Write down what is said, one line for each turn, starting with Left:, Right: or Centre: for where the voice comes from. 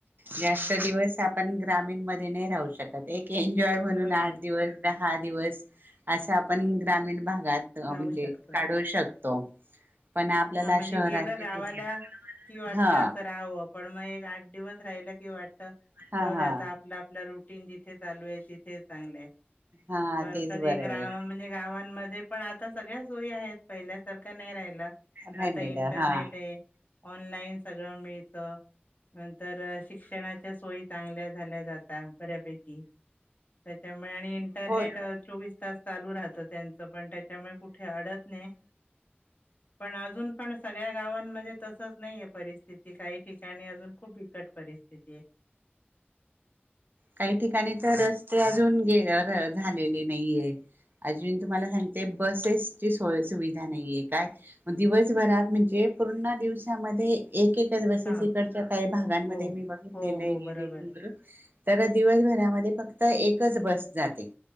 Right: जास्त
Left: हा
Right: दिवस आपण ग्रामीण मध्ये नाही राहू शकत एक एन्जॉय म्हणून
Left: बरोबर
Right: आठ दिवस, दहा दिवस असा आपण ग्रामीण भागात अ
Left: राहू
Right: म्हणजे
Left: शकतो
Right: काढू शकतो पण आपल्याला
Left: हा म्हणजे
Right: शहराची
Left: गेलं गावाला
Right: जी
Left: कि वाटत
Right: हा
Left: आता राहावं पण मग एक आठ दिवस राहिला कि वाटत
Right: हा
Left: जाऊ दे
Right: हा
Left: आता आपला आपला रुटीन जि चालू आहे तिथे चांगलंय
Right: हा
Left: बर
Right: तेच
Left: कधी
Right: बरं
Left: गा
Right: आहे
Left: म्हणजे गावांमध्ये पण आता सगळ्या सोयी आहेत पहिल्यासारखं नाही राहिला
Right: राहिलेलं
Left: आता इंटरनेट
Right: हा
Left: आहे ऑनलाईन सगळं मिळतं नंतर शिक्षणाच्या सोयी चांगल्या झाल्या जाता बऱ्यापैकी त्याच्यामुळे आणि त्या नेट
Right: होय
Left: चोवीस तास चालू राहतं त्यांचं पण त्याच्यामुळे कुठे अडत नाही पण अजून पण सगळ्या गावांमध्ये तसच नाही आहे परिस्थिती काही ठिकाणी अजून खूप बिकट परिस्थिती आहे
Right: काही ठिकाणी तर रस्ते अजून गे झालेले नाही आहेत अजून तुम्हाला सांगते बसेसची सोय, सुविधा नाहीय आहे काय दिवसभरात म्हणजे पूर्ण दिवसामध्ये एक एकच बसेस
Left: हा
Right: इकडच्या काही भागांमध्ये
Left: हो
Right: मी बघितलेले
Left: हो हो
Right: गेलेले
Left: बरोबर.
Right: आहे तर दिवसभरामध्ये फक्त एकच बस जाते